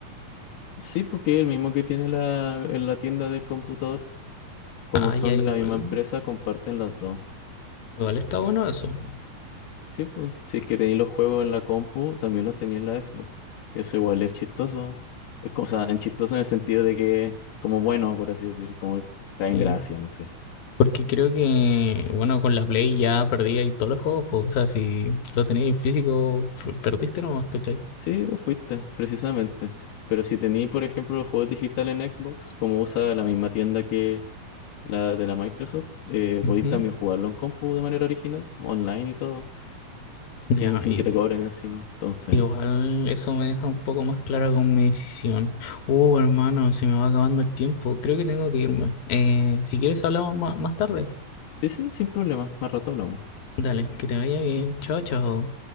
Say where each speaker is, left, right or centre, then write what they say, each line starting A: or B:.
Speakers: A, on the left (about 85°); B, on the left (about 70°).
A: Sí, porque es el mismo que tiene la, en la tienda del computador, como
B: Ah,
A: son
B: ya igual.
A: de la misma empresa, comparten las dos.
B: Igual está bueno eso.
A: Sí, pues, si es que tenéis los juegos en la compu, también los tenía en la Xbox. Eso igual es chistoso. Es cosa, en chistoso en el sentido de que, como bueno, por así decir, como cae
B: Sí.
A: en gracia, no sé.
B: Porque creo que, bueno, con la Play ya perdí ahí todos los juegos, pues, o sea, si lo tenías en físico, f- perdiste nomás, ¿cachai?
A: Sí, vos fuiste, precisamente. Pero si tení, por ejemplo, los juegos digitales en Xbox, como usa la misma tienda que la de la Microsoft, eh,
B: Ujú.
A: podéis también jugarlo en compu de manera original, online y todo,
B: Ya,
A: sin, sin
B: y
A: que te cobren encima. Entonces,
B: igual eso me deja un poco más clara con mi decisión. Uh, hermano, se me va acabando el tiempo. Creo que tengo que irme. Eh, si quieres hablamos ma- más tarde.
A: sí, sí, sin problema. Más rato hablamos.
B: Dale, que te vaya bien. Chao, chao.